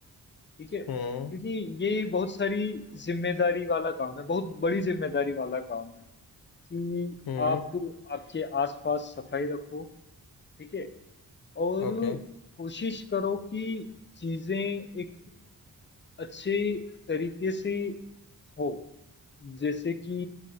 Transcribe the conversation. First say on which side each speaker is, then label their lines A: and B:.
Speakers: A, on the left; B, on the left.
A: ठीक है क्योंकि
B: हम्म
A: ये बहुत सारी जिम्मेदारी वाला काम है बहुत बड़ी जिम्मेदारी वाला काम है कि
B: हम्म
A: आप आपके आसपास सफाई रखो ठीक है और
B: ओके
A: कोशिश करो कि चीजें एक अच्छे तरीके से हो जैसे कि